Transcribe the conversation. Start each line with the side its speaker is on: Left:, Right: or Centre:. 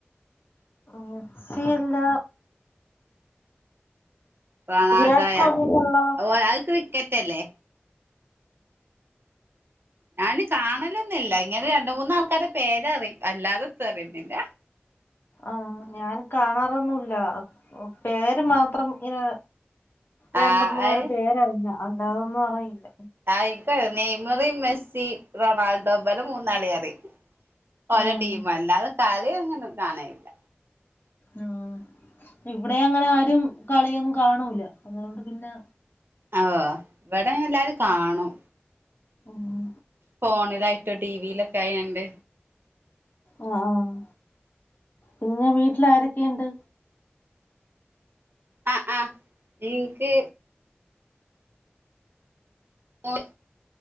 Left: മെസ്സി അല്ല
Right: റൊണാൾഡോയാ
Left: വിരാട് കോഹലിയുള്ള
Right: ഓ അത് ക്രിക്കറ്റ് അല്ലേ ഞാന് കാണലൊന്നും ഇല്ല ഇങ്ങനെ രണ്ട് മൂന്ന് ആൾക്കാരുടെ പേരറിയാം അല്ലാതെ എന്തും അറിയൊന്നും ഇല്ല
Left: ആഹ് ഞാൻ കാണാറൊന്നു ഇല്ല പേര് മാത്രം ഇങ്ങനെ രണ്ട്
Right: ആഹ്
Left: മൂന്ന് പേരുടെ
Right: അഹ്
Left: പേരറിയാം അല്ലാതൊന്നും അറിയില്ല
Right: ആഹ് ഇൻക്ക് നെയ്മറ്, മെസ്സി, റൊണാൾഡോ ഇവരെ മൂന്നാളെയും അറിയും ഓല
Left: ആഹ്
Right: ടീമ് അല്ലാതെ കളി അങ്ങനെ കാണലില്ല
Left: ഉം ഇവിടെ അങ്ങനെ ആരും കളിയൊന്നും കാണൂല്ല അതുകൊണ്ട് പിന്നെ
Right: ആ് ഇവിടെ എല്ലാവരും കാണും
Left: ആഹ്
Right: ഫോണിലായിട്ടോ ടിവിയിലൊക്കെ ആയാണ്ട്
Left: ആ ആഹ് പിന്നെ വീട്ടിൽ ആാരൊക്കെയുണ്ട്
Right: ആഹ് ആഹ് എനിക്ക് ഓ